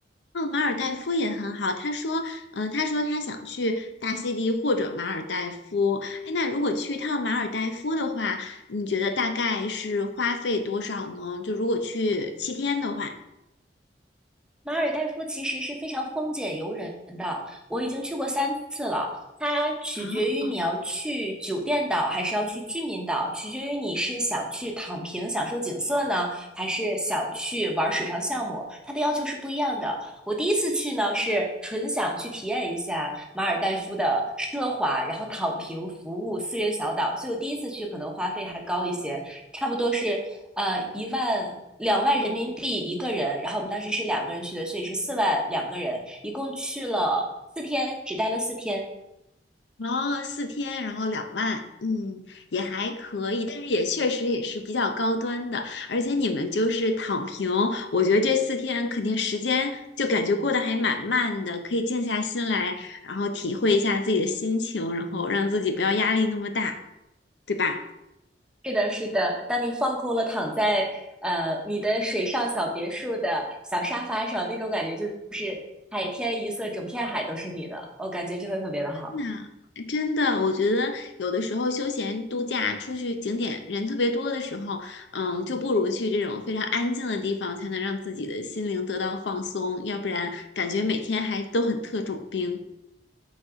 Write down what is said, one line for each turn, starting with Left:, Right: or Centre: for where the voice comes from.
Left: 哦，马尔代夫也很好。他说，嗯，他说他想去大溪地或者马尔代夫。哎，那如果去一趟马尔代夫的话，你觉得大概是花费多少呢？就如果去七天的话，
Centre: 马尔代夫其实是非常风解游人的，我已经去过三次了。它取决于你要去酒店岛还是要去居民岛，
Left: 啊。
Centre: 取决于你是想去躺平享受景色呢，还是想去玩水上项目，它的要求是不一样的。我第一次去呢是纯想去体验一下马尔代夫的奢华，然后躺平服务私人小岛，所以我第一次去可能花费还高一些。差不多是呃一万两万人民币一个人，然后我们当时是两个人去的，所以是四万两个人，一共去了四天，只待了四天。
Left: 哦，四天，然后两万，嗯，也还可以，但是也确实也是比较高端的，而且你们就是躺平，我觉得这四天肯定时间就感觉过得还蛮慢的，可以静下心来，然后体会一下自己的心情，然后让自己不要压力那么大，对吧？
Centre: 是的，是的，当你放空了，躺在呃你的水上小别墅的小沙发上，那种感觉就是海天一色，整片海都是你的，我感觉真的特别的好。
Left: 那真的，我觉得有的时候休闲度假出去景点人特别多的时候，嗯，就不如去这种非常安静的地方，才能让自己的心灵得到放松，要不然感觉每天还都很特种兵。